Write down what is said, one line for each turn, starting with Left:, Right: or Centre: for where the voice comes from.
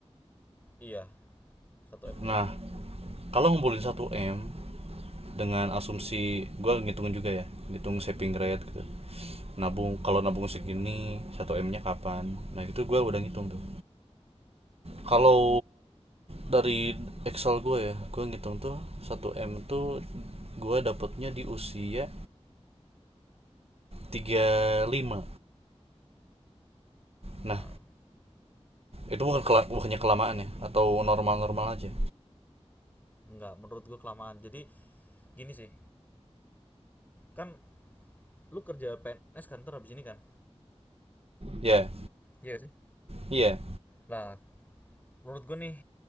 Left: Iya, satu m dulu.
Right: nah kalau ngumpulin satu m dengan asumsi gue ngitungin juga ya ngitung saving rate gitu nabung kalau nabung segini satu m nya kapan nah itu gue udah ngitung tuh kalau dari Excel gue ya gue ngitung tuh satu m tuh gue dapetnya di usia tiga puluh lima. nah
Left: Nah,
Right: itu bukan kela bukannya kelamaan ya atau normal-normal aja
Left: enggak menurut gue kelamaan. Jadi gini sih, kan lu kerja PNS kan ntar habis ini kan?
Right: Ya,
Left: Iya sih.
Right: iya.
Left: Lah, menurut gue nih,